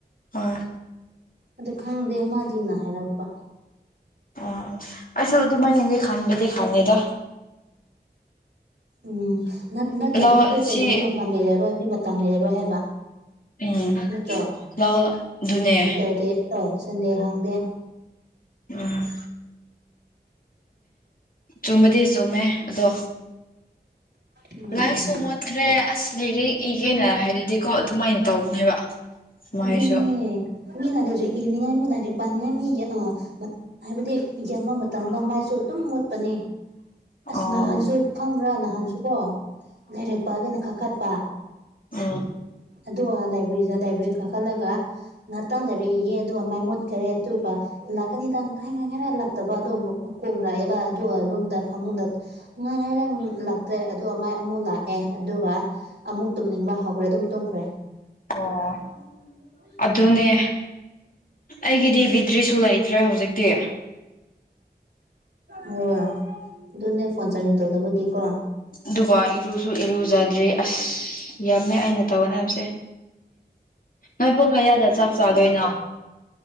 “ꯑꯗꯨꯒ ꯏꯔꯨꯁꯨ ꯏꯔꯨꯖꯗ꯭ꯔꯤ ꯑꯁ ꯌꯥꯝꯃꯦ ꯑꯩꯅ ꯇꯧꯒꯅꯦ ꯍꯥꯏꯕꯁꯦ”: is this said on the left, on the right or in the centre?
Left